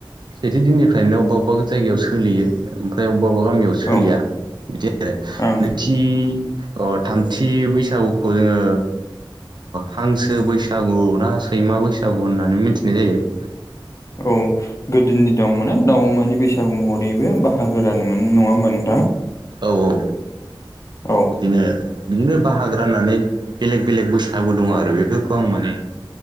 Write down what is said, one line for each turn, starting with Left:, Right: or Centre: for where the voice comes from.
Right: सेथि दिननिफ्रायनो अबेबा बबेबा जायायाव सलियो ओमफ्राय अबेबा बबेबा गामियाव सोलिया
Left: औ
Right: बिदि आरो
Left: ओं
Right: नैथि अ थामथि बैसागुखौ जोङो हांसो बैसागु ना सैमा बैसागु होननानै मिथिनाय जायो।
Left: औ गोदोनि दं माने दाउ अमानि बैसागु रैबो बाहागोदानो मोनो नङा होमबा नोंथां?
Right: औ औ
Left: औ
Right: बिदिनो बिदिनो बाहागो राननानै बेलेग बेलेग बैसागु दङ आरो बेफोरखौ आं माने